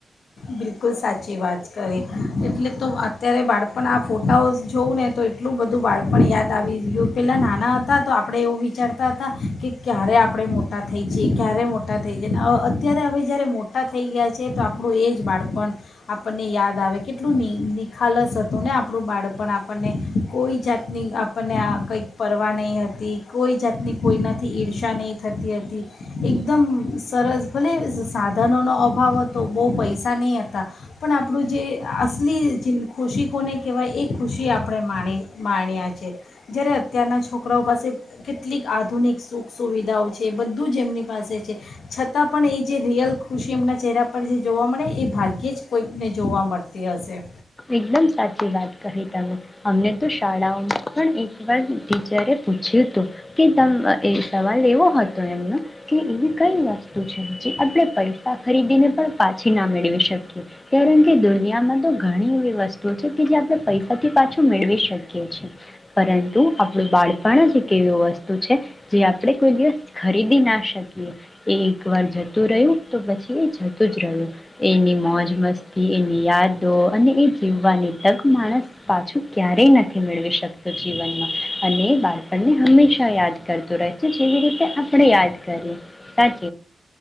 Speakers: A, on the left; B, on the left.
A: બિલકુલ સાચી વાત કરી એટલે તો અત્યારે બાળપણ આ ફોટાઓ જોઉં ને તો એટલું બધું બાળપણ યાદ આવી ગયું પહેલાં નાના હતા તો આપણે એવું વિચારતા હતા કે ક્યારે આપણે મોટા થઈ જઈએ ક્યારે મોટા થઈ જાયને અત્યારે હવે જ્યારે મોટા થઈ ગયા છે તો આપણું એ. બાળપણ આપણને યાદ આવે કેટલું નિખાલસ હતું ને આપણું બાળપણ આપણને કોઈ જાતની આપણને કંઈક પરવા નહીં હતી કોઈ જાતની કોઈનાથી ઈર્ષા નહીં થતી હતી એકદમ સરસ ભલે સાધનોનો અભાવ હતો બહુ પૈસા સા નહીં હતા પણ આપણું જે અસલી જે ખુશી કોને કહેવાય એ ખુશી આપણે માણી માણ્યા છે જ્યારે અત્યારના છોકરાઓ પાસે કેટલીક આધુનિક સુખ સુવિધાઓ છે એ બધું જ એમની પાસે છે છતાં પણ એ જે રિયલ ખુશી એમના ચહેરા પર જે જોવા મળે. એ ભાગ્યે જ કોઈકને જોવા મળતી હશે.
B: એકદમ સાચી વાત કહી તમે અમને તો શાળાઓમાં પણ એક વાર ટીચરે પૂછ્યું હતું કે તમે એ સવાલ એવો હતો એમનો કે એવી કઈ વસ્તુ છે જે આપણે પૈસા ખરીદીને પણ પાછી ના મેળવી શકીએ કારણ કે દુનિયામાં તો ઘણી વ વસ્તુ છે કે જે આપણે પૈસા પાંછ મેળવી શકી છે પરંતુ તું આપણું બાળપણ જ એક એવી વસ્તુ છે જે આપણે કોઈ દિવસ ખરીદી ના શકીએ એ એક વાર જતું રહ્યું તો પછી એ જતું જ રહ્યું એની મોજ મસ્તી એની યાદો અને એ જીવવાની તક માણસ પાછું ક્યારેય નથી મેળવી શકતો જીવનમાં અને એ બાળપણને હંમેશા યાદ કરતું રહે છે જેવી રીતે આપણે યાદ કરીએ સાચ